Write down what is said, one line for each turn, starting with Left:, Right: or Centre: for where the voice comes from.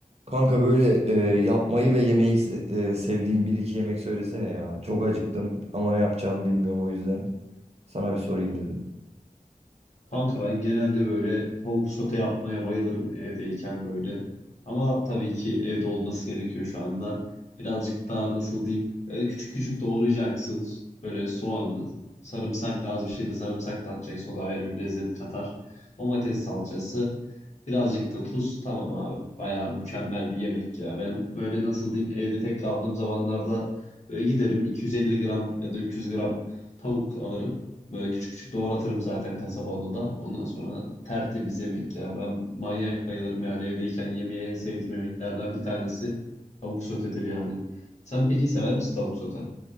Right: Kanka böyle e, yapmayı ve yemeyi se- e, sevdiğim bir iki yemek söylesene ya. Çok acıktım ama ne yapacağımı bilmiyorum o yüzden sana bir sorayım dedim.
Left: Kanka ben genelde böyle tavuk sote yapmaya bayılırım evdeyken böyle. Ama tabii ki evde olması gerekiyor şu anda. Birazcık daha nasıl diyeyim böyle küçük küçük doğrayacaksın. Böyle soğanı, sarımsak da az bir şey de sarımsak da atacaksın. O da ayrı bir lezzet katar. Domates salçası, birazcık da tuz. Tamam abi bayağı mükemmel bir yemek ya. Ben böyle nasıl diyeyim evde tek kaldığım zamanlarda böyle giderim 250 gram ya da 300 gram tavuk alırım. Böyle küçük küçük doğratırım zaten kasaba onu da. Ondan sonra tertemiz yemek ya. Ben manyak bayılırım yani evdeyken yemeği en sevdiğim yemeklerden bir tanesi tavuk sotedir yani. Sen peki sever misin tavuk sote?